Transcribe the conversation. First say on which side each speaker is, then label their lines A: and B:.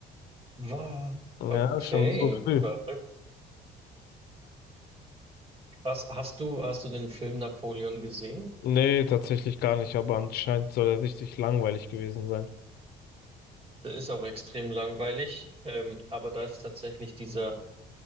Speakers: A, on the right; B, on the left.
A: Was?
B: Ja,
A: Okay,
B: schon so früh.
A: verrückt. Krass. Hast du, hast du den Film Napoleon gesehen?
B: Nee, tatsächlich gar nicht, aber anscheinend soll er richtig langweilig gewesen sein.
A: Der ist auch extrem langweilig, ähm, aber da ist tatsächlich dieser